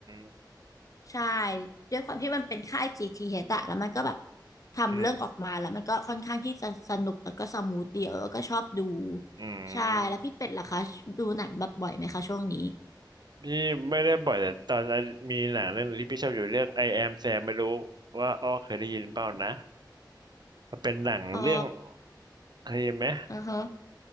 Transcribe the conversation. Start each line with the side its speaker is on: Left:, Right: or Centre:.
Right: ม
Left: ใช่ด้วยความที่มันเป็นค่าย GTH อชอะแล้วมันก็แบบทำเรื่องออกมาแล้วมันก็ค่อนข้างที่จะสนุกแล้วก็สมูทดีเออก็ชอบดู
Right: อืมอื
Left: ใช่แล้วพี่เป็ดล่ะคะดูหนังแบบบ่อยไหมคะช่วงนี้
Right: มพี่ไม่ได้บ่อยแต่ตอนนั้นมีหนังเรื่องหนึงที่พี่ชอบอยู่เรื่อง I Am Sam ไม่รู้ว่าอ้อเคยได้ยินเปล่านะมันเป็นหนังเรื่อง
Left: อ๋อ
Right: เคยได้ยินไหม
Left: อือฮะ